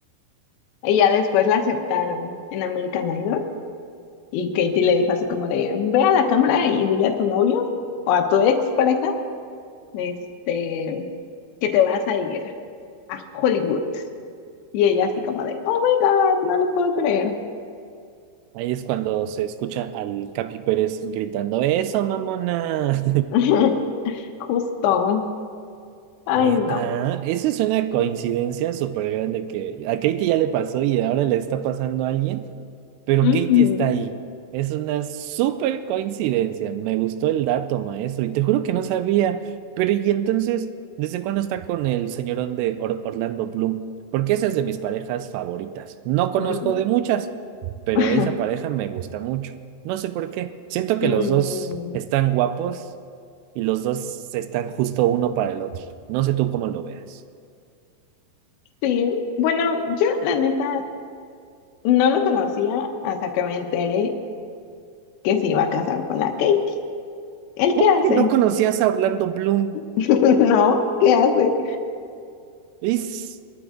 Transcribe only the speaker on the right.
Ahí es cuando se escucha al Capi Pérez gritando, ¡Eso, mamona!
Neta,
eso es una coincidencia súper grande que a Katie ya le pasó y ahora le está pasando a alguien, pero
Katie está ahí. Es una súper coincidencia. Me gustó el dato, maestro, y te juro que no sabía. Pero, ¿y entonces, desde cuándo está con el señorón de Or- Orlando Bloom? Porque esa es de mis parejas favoritas. No conozco
de muchas, pero
esa pareja me gusta mucho. No sé por qué. Siento que
los dos están guapos y los dos están justo uno para el otro. No sé tú cómo lo veas.
Uy,
si No conocías a Orlando Bloom.
Es,